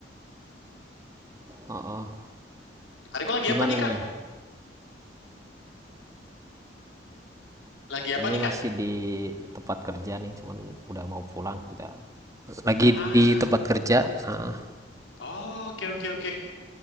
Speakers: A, on the right (about 20°); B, on the left (about 85°).
A: Oh, oh.
B: Kak Riko lagi
A: gimana
B: apa nih Kak?
A: nih?
B: Lagi
A: Ini
B: apa nih
A: masih
B: Kak?
A: di tempat kerja nih, cuman udah mau pulang kita. Lagi
B: Ah,
A: di tempat kerja. eh,
B: oh, oke oke oke.